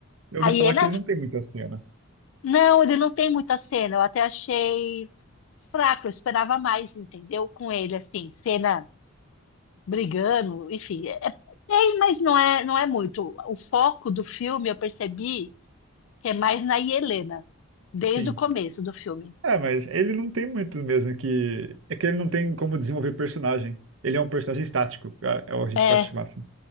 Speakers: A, on the right; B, on the left.
A: Eu
B: Aí
A: ouvi falar
B: ele.
A: que
B: é-
A: ele não tem muita cena.
B: Não, ele não tem muita cena. Eu até achei fraco, eu esperava mais, entendeu? Com ele, assim, cena. brigando, enfim, é- é- tem, mas não é, não é muito. O foco do filme eu percebi que é mais na Helena, desde
A: Sim.
B: o começo do filme.
A: É, mas ele não tem muito mesmo que. É que ele não tem como desenvolver personagem. Ele é um personagem estático, a a gente
B: É,
A: pode chamar assim.